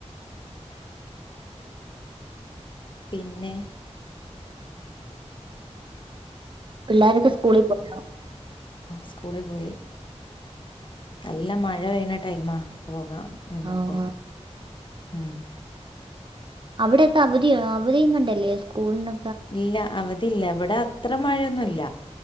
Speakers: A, on the left (about 45°); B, on the right (about 45°).
A: പിന്നെ
B: പിള്ളാരൊക്കെ സ്കൂളി പോയോ?
A: സ്കൂളി പോയി. നല്ല മഴ പെയ്യണ ടൈമാ പോകാം എന്നപ്പോ
B: ആഹ്
A: ഉം-
B: അവിടെയൊക്കെ അവധിയ അവധിയും കണ്ടല്ലേ സ്കൂളിന്
A: ഇല്ല അവധി ഇല്ല ഇവിടെ- അത്ര മഴയൊന്നുമല്ല